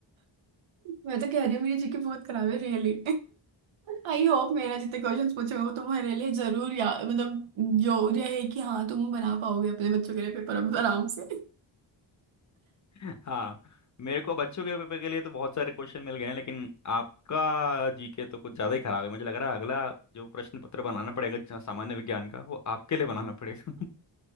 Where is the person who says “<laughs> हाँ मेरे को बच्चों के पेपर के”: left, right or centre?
Left